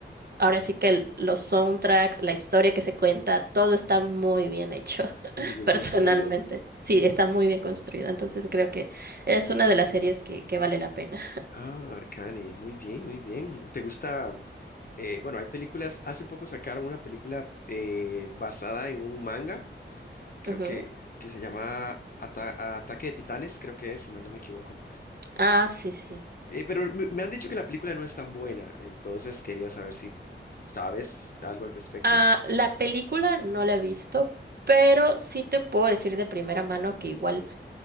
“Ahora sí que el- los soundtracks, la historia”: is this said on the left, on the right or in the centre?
Right